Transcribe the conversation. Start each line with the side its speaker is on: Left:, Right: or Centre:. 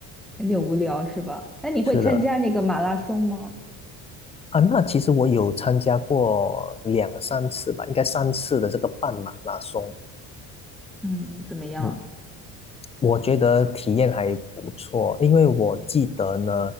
Centre: 有点无聊是吧？那你会参加那个马拉松吗？
Left: 是的。啊，那其实我有参加过两三次吧，应该三次的这个半马拉松。
Centre: 嗯，怎么样？
Left: 嗯，我觉得体验还不错，因为我记得呢，